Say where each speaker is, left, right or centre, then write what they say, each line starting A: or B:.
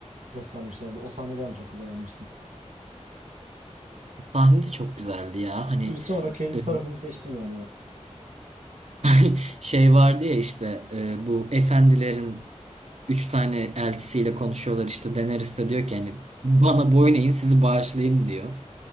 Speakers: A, on the right; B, on the right.
A: göstermişlerdi. O sahnede ben çok gaza gelmiştim.
B: Sahne de çok güzeldi ya. Hani
A: Tabii Sonra kendi
B: e,
A: tarafımı seçtim yani ben.
B: <laughs> şey vardı ya işte e, bu efendilerin üç tane elçisiyle konuşuyorlar işte Daenerys de diyor ki hani bana boyun eğin sizi bağışlayayım diyor.